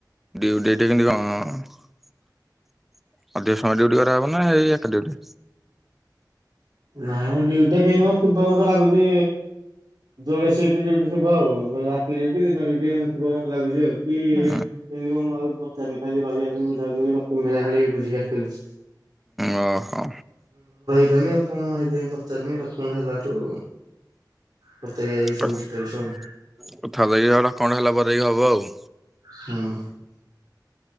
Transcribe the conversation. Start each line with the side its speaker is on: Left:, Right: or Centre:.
Centre: ଡିଉଟି ସେଠି କେମିତି କଣ? ହ ଅଧିକ ସମୟ ଡ୍ୟୁଟି କରାହେବ ନା ହେଇ ଏକା ଡ୍ୟୁଟି?
Right: ନାଇଁ ମୁଁ ଡିଉଟି <unintelligible> ଥିବ ମତେ ଲାଗୁଛି ଯୋଡେ ସିପ୍ଟି ଡିଉଟି ଥିବ ଆଉ ରାତି ଡିଉଟି ଦିନ ଡିଉଟି ଏମିଟି ଥିବ ମତେ ଲାଗୁଛି ଆଉ! କି
Centre: ଉଁ
Right: କେମିତି କ ମୁଁ ଆଉ ପଚାରିନି ଖାଲି ରହିବା ପାଇଁ ବୁଝା ବୁଝି କରିକି ଡକ୍ୟୁମେଣ୍ଟ ହେଗିରା ଖାଲି ଖାଲି ବୁଝିକି ଆସିଥିଲି।
Centre: ଓହୋ।
Right: ଯିବାନି ଆଉ କଣ ସେଇଥିପାଇଁ ପଚାରନି ଡକ୍ୟୁମେଣ୍ଟ ହେଲାଠୁ ପଚାରିବା ଯାଇକି ସବୁ
Centre: କଥା
Right: ଡିଟେଲସ ଆଉ
Centre: ଦେଇଚ ଡକ୍ୟୁମେଣ୍ଟ ହେଲା ପରେ ଯାଇଁ ହବ ଆଉ।
Right: ହଁ।